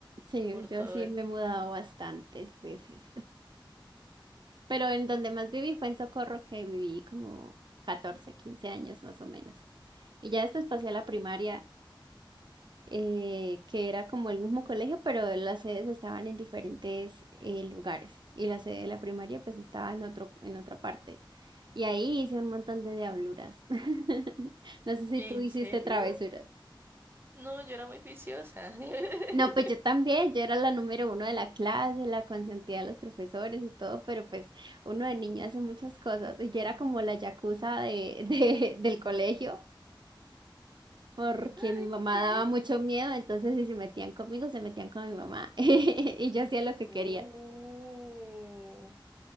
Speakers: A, on the right; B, on the right.
A: Sí,
B: por todo
A: yo sí
B: el...
A: me he mudado bastantes veces. Pero en donde más viví fue en Socorro, que viví como 14 15 años más o menos. Y ya después pasé a la primaria, eh, que era como el mismo colegio, pero las sedes estaban en diferentes eh, lugares. Y la sede de la primaria pues estaba en otro, en otra parte. Y ahí hice un montón de diabluras. <laughs> No sé si
B: ¿En
A: tú hiciste
B: serio?
A: travesuras.
B: No, yo era muy juiciosa. <laughs>
A: No, pues yo también, yo era la número uno de la clase, la consentida de los profesores y todo, pero pues uno de niño hace muchas cosas. Y yo era como la yakuza de, de- <laughs> del colegio, porque
B: Ay,
A: mi mamá
B: ¿qué?
A: daba mucho miedo, entonces si se metían conmigo, se metían con mi mamá. <laughs> Y yo hacía lo que
B: Uh.
A: quería.